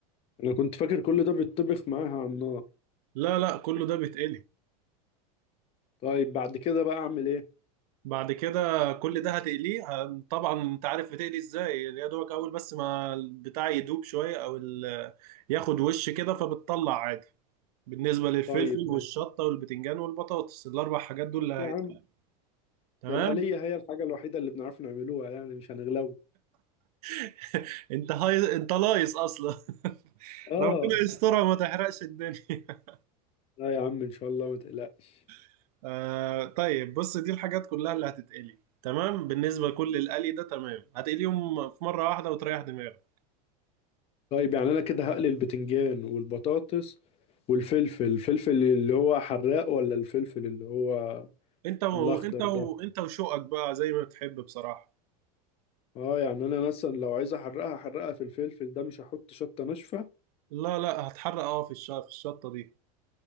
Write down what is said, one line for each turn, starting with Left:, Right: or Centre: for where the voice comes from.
Left: انا كنت فاكر كل ده بيتطبخ معاها على النار
Right: لا لا كله ده بيتقلي
Left: طيب بعد كده بقى اعمل ايه
Right: بعد كده كل ده هتقليه هن- طبعا انت عارف بتقلي ازاي يا دوبك اول بس ما البتاع يدوب شويه او ال- ياخد وش كده فبتطلع عادي بالنسبه للفلفل
Left: طيب ماشي.
Right: والشطه والبتنجان والبطاطس الاربع حاجات دول اللي
Left: يا
Right: هيتقلوا
Left: عم
Right: تمام
Left: ده الآلية هي الحاجة الوحيدة اللي بنعرف نعملوها يعني مش هنغلو
Right: <laughs> انت هاي انت لايص اصلا <laughs>
Left: اه
Right: ربنا يسترها وما تحرقش الدنيا
Left: لا يا عم ان شاء الله ما تقلقش
Right: <laughs> آه طيب بص دي الحاجات كلها اللي هتتقلي تمام بالنسبه لكل القلي ده تمام هتقليهم في مره واحده وتريح دماغك
Left: طيب يعني انا كده هقلي البتنجان والبطاطس والفلفل الفلفل اللي هو حراق ولا الفلفل اللي هو
Right: انت و...
Left: الاخضر
Right: انت و...
Left: ده
Right: انت وشوقك بقى زي ما بتحب بصراحة
Left: اه يعني انا مثلا لو عايز احرقها احرقها في الفلفل ده مش هحط شطة ناشفة
Right: لا لا هتحرق اه في الش... في الشطة دي